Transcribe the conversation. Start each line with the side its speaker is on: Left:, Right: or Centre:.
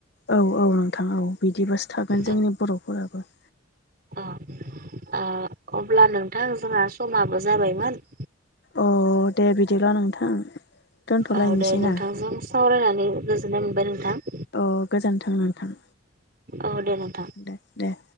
Left: औ औ नोंथां औ बिदिबासो थागोन
Right: ओ
Left: जोंनि बर'फोराबो
Right: ओ अ अब्ला नोंथां जोंहा समाबो जाबायमोन
Left: अ दे बिदिब्ला नोंथां दोनथ'लायनोसै
Right: औ दे नोंथांजों
Left: ना
Right: सावरायनानै गोजोननाय मोनबाय नोंथां।
Left: औ गोजोन्थों नोंथां।
Right: औ दे नोंथां।
Left: दे दे।